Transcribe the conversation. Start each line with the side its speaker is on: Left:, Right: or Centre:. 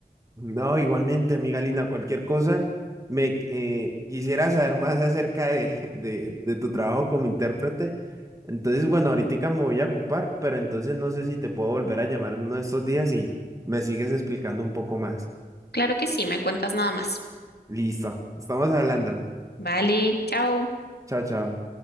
Right: No, igualmente, amiga Lina, cualquier cosa, me eh, quisiera saber más acerca de, <laughs> de, de tu trabajo como intérprete. Entonces, bueno, ahorita me voy a ocupar, pero entonces no sé si te puedo volver a llamar uno de estos días y me sigues explicando un poco más.
Left: Claro que sí, me cuentas nada más.
Right: Listo, estamos hablando.
Left: Vale, chao.
Right: Chao, chao.